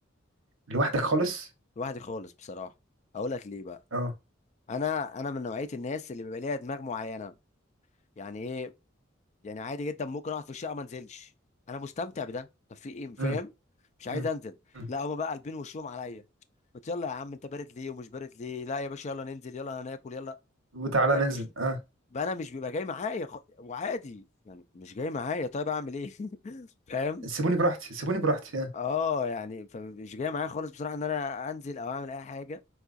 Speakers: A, on the right; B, on the left.
A: لوحدك خالص
B: لوحدي خالص بصراحه اقول لك ليه بقى
A: اه
B: انا انا من نوعيه الناس اللي بيبقى ليها دماغ معينه يعني ايه يعني عادي جدا ممكن اقعد في الشقه ما انزلش انا مستمتع بده طب في ايه فاهم
A: امم
B: مش عايز
A: أمم.
B: انزل
A: امم،
B: لا هما بقى قلبين وشهم عليا قلت يلا يا عم انت بارد ليه ومش بارد ليه لا يا باشا يلا ننزل يلا هناكل يلا
A: وتعالى
B: انا
A: ننزل
B: مش
A: اه
B: بقى انا مش بيبقى جاي معايا خ... وعادي يعني مش جاي معايا طيب اعمل ايه <laughs> فاهم
A: سيبوني براحتي سيبوني براحتي اه
B: اه يعني فمش جاي معايا خالص بصراحه ان انا انزل او اعمل اي حاجه